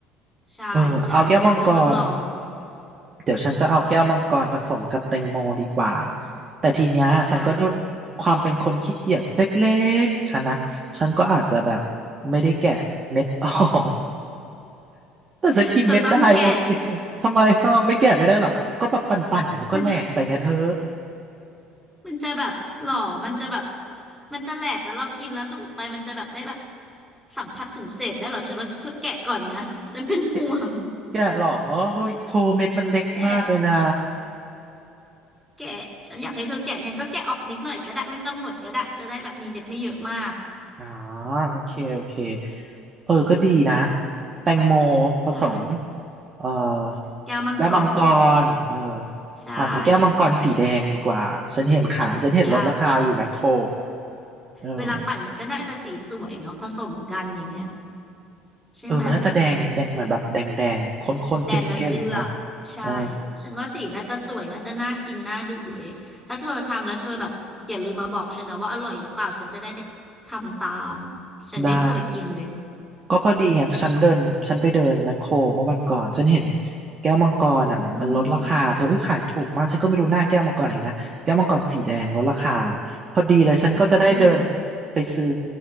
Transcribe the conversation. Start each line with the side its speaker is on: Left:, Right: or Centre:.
Centre: ใช่ใช่เธอเธอต้องลอง
Right: เออเอาแก้วมังกร เดี๋ยวฉันจะเอาแก้วมังกรผสมกับแตงโมดีกว่า แต่ทีเนี้ยฉันก็โดนความเป็นคนขี้เกียจเล็กๆของฉันนะฉันก็อาจจะแบบ
Centre: ใช่
Right: ไม่ได้แกะเม็ดออก <laughs> แต่ฉันกินเม็ดได้โอเค
Centre: <laughs> เธอต้องแกะ
Right: ทำไมฮะไม่แกะไม่ได้หรอก็แบบปั่นๆเดี๋ยวมันก็แหลกไปไงเธอ
Centre: มันมันจะแบบหล่อมันจะแบบมันจะแหลกแล้วเรากินแล้วดูดไปมันจะแบบไม่แบบสัมผัสถึงเศษได้หรอฉันว่าเธอแกะก่อนนะฉันเป็นห่วง
Right: แกะแกะหรอโอ้ยโทเม็ดมันเล็กมากเลยนะ
Centre: แกะแกะฉันอยากให้เธอแกะยังก็แกะออกนิดหน่อยก็ได้ไม่ต้องหมดก็ได้จะได้แบบมีเม็ดไม่เยอะมาก
Right: อ่าโอเคโอเคเออก็ดีนะแตงโมผสม
Centre: ใช่
Right: เอ่อ
Centre: แก้วมังกร
Right: แก้วมังกรเออ
Centre: ใช่
Right: อาจจะแก้วมังกรสีแดงดีกว่าฉันเห็นขายฉันเห็นลดราคาอยู่แมคโคร
Centre: ใช่
Right: เออ
Centre: เวลาปั่นมันก็น่าจะสีสวยเนาะผสมกันอย่างเงี้ยใช่ไหม
Right: เออมันน่าจะแดงแดงเหมือนแบบแดงแดงข้นๆเข้มๆเนาะ
Centre: แดนละเลือกใช่ฉันว่าสีน่าจะสวยน่าจะน่ากินน่าดูเลยถ้าเธอทำแล้วเธอแบบอย่าลืมมาบอกฉันนะว่าอร่อยหรือเปล่าฉันจะได้ไป
Right: เออ
Centre: ทำตามฉันไม่เคยกินเลย
Right: ได้ก็พอดีไงฉันเดินฉันไปเดินแมคโครเมื่อวันก่อนฉันเห็นแก้วมังกรอ่ะมันลดราคาเธอเอ้ยขายถูกมากฉันก็ไม่รู้หน้าแก้วมังกรอย่างไงนะแก้วมังกรสีแดงลดราคา
Centre: อืม
Right: พอดีเลยฉันก็จะได้เดิน
Centre: อืม
Right: ไปซื้อ